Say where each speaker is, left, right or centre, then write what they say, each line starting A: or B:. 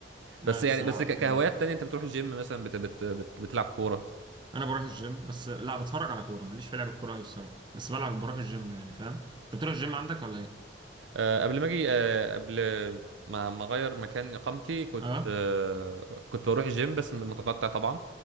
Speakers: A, on the right (about 25°); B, on the right (about 80°).
A: لا
B: بس يعني
A: الصراحه
B: بس ك- كهوايات
A: يعني
B: تانية انت بتروح الجيم مثلا بت بت بت بتلعب كوره
A: انا بروح الجيم بس لا بتفرج على كوره ماليش في لعب الكوره قوي الصراحه بس بلعب بروح الجيم يعني فاهم انت بتروح الجيم عندك ولا ايه
B: آه، قبل ما اجي آه، قبل ما ما اغير مكان اقامتي كنت
A: اه
B: آه، كنت بروح الجيم بس متقطع طبعا